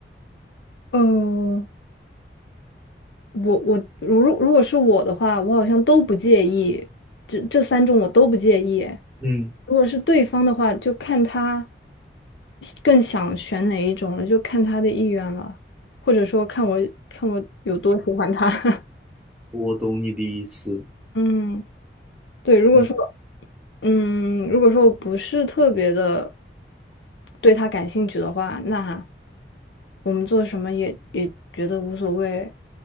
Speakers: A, on the left; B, in the centre.
A: 嗯、我我如如果是我的话，我好像都不介意，这这三种我都不介意。
B: 嗯，
A: 如果是对方的话，就看他更想选哪一种了，就看他的意愿了，或者说看我看我有多喜欢他。<laughs>
B: 我懂你的意思。
A: 嗯，对，如果说，
B: 嗯。
A: 嗯，如果说我不是特别的对他感兴趣的话，那我们做什么也也觉得无所谓。